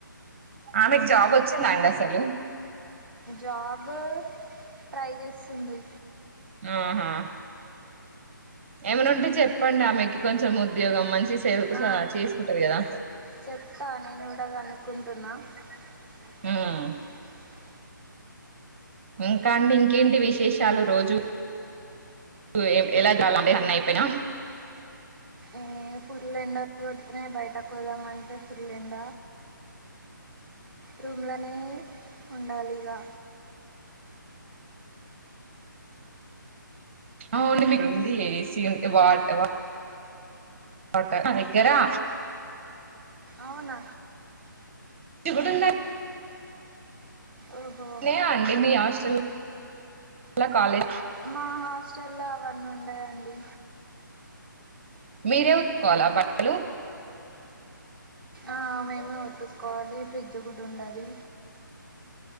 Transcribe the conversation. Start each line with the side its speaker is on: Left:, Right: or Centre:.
Right: ఆమెక్ జాబొచ్చిందాండసలు
Centre: జాబూ ట్రై జేస్తుంది
Right: ఆహా ఏమన్నుంటె చెప్పండామెకి కొంచెం ఉద్యోగం మంచి సే
Centre: ఆ
Right: చేసుకుంటది కదా
Centre: చెప్తాను <unintelligible> డగనుకుంటున్నా <inaudible>
Right: ఉమ్ ఇంకా అండి ఇంకేంటి విశేషాలు రోజు లేట్ ఎలా చాలండి అన్నయిపొయినా
Centre: ఏ ఫుల్లెండ కొడుతున్నయి బయటకు పొదామంటే ఫుల్లెండ రూమ్లనే ఉండాలిగా
Right: అవును మీకుందీ ఏసీ ఉన్ వాట్ వా <inaudible> దగ్గరా
Centre: అవున
Right: గుడుంద
Centre: ఓహో
Right: నే అండి మీ హాస్టల్ల కాలెజ్
Centre: మా హాస్టల్లో అవన్నుండయండి
Right: మీరే ఉతుక్కోవాలా బట్టలు
Centre: ఆ మేమే ఉతుక్కోవాలి ఫ్రిడ్జ్ గూడుండదీ